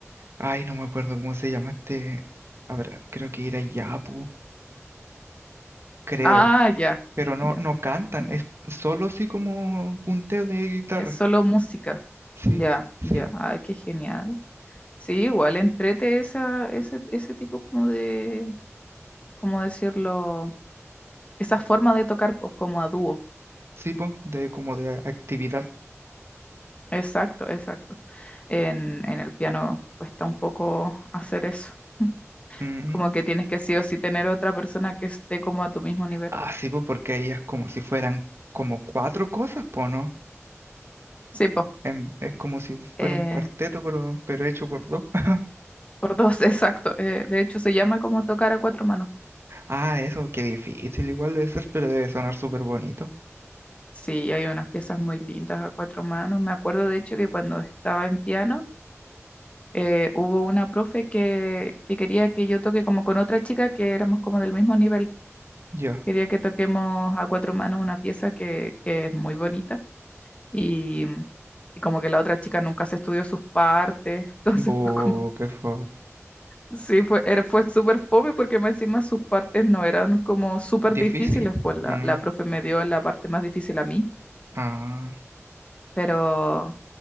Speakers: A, on the right; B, on the left.
A: Ay, no me acuerdo cómo se llama este. Habrá, creo que era Yapu, creo.
B: ah, ya,
A: Pero no,
B: ya,
A: no cantan,
B: ya.
A: es solo así como punteo de guitarra.
B: Es solo música,
A: Sí,
B: ya,
A: sí,
B: ya, ay, qué genial. Sí, igual entrete esa, ese, ese tipo como de, ¿cómo decirlo? Esa forma de tocar, pues, como a dúo.
A: sí, po, de como de actividad.
B: Exacto, exacto. En, en el piano cuesta un poco hacer eso. <laughs>
A: Mm.
B: Como que tienes que sí o sí tener otra persona que esté como a tu mismo nivel.
A: Ah, sí, pues porque ahí es como si fueran como cuatro cosas, po, ¿no?
B: Sí, po.
A: En- es como si fuera
B: eh,
A: un cuarteto, pero, pero hecho por dos. <laughs>
B: por dos, <laughs> exacto. Eh, de hecho, se llama como tocar a cuatro manos.
A: Ah, eso, qué difícil igual debe ser, pero debe sonar súper bonito.
B: Sí, hay unas piezas muy lindas a cuatro manos. Me acuerdo, de hecho, que cuando estaba en piano, eh, hubo una profe que, que quería que yo toque como con otra chica que éramos como del mismo nivel.
A: Ya.
B: Quería que toquemos a cuatro manos una pieza que, que es muy bonita y, y como que la otra chica nunca se estudió sus partes, <laughs> entonces
A: Bu,
B: fue como,
A: qué fue.
B: sí, fue, era- fue súper fome porque más encima sus partes no eran como súper
A: Difícil.
B: difíciles, pues la,
A: Mm.
B: la profe me dio la parte más difícil a mí,
A: Ah.
B: pero,